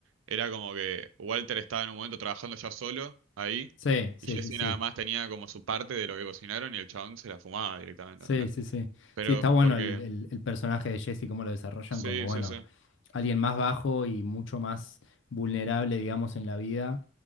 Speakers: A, on the right; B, on the left.
A: era como que Walter estaba en un momento trabajando ya solo ahí
B: sí, sí,
A: y Jesse
B: sí, sí.
A: nada más tenía como su parte de lo que cocinaron y el chabón se la fumaba directamente.
B: Sí,
A: ¿entendés?
B: sí, sí.
A: Pero
B: Sí, está bueno
A: porque,
B: el, el- el personaje de Jesse, cómo lo desarrollan
A: sí,
B: como, bueno,
A: sí, sí.
B: alguien más bajo y mucho más vulnerable, digamos, en la vida,